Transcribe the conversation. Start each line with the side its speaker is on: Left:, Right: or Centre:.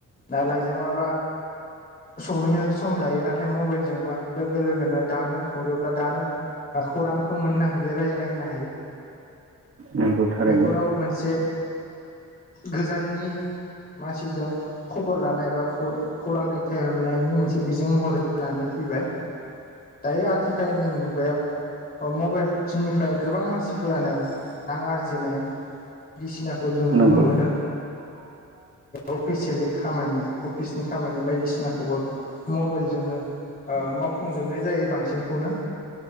Left: दा लाइजामाबा। सहैनो सम लायो नाथाय मबाइलजोंबा लोगो लोगोनो दानो हरोब्ला दानो। ओ खौरां हायो रायज्लायनो
Right: नंगौ थारैनो
Left: बेफोराव मोनसे गोजाननि मानसिजों खबर लानाय बा खौरां दैथायहरनायनि मोनसे बिजों महरै लानानै फैबाय। दायो आथिखालनि मुगायाव मबाइल जोंनिफ्राय गोबां मानसिफोरानो रां आरजिनाय। बायदिसिनाखौ जों नुनो
Right: नंगौ
Left: मोनो। अफिसियेलि खामानि अफिसनि खामानि बायदिसिनाखौबो। मबाइलजोंनो मावफुंजोबनाय जायो बांसिनखौनो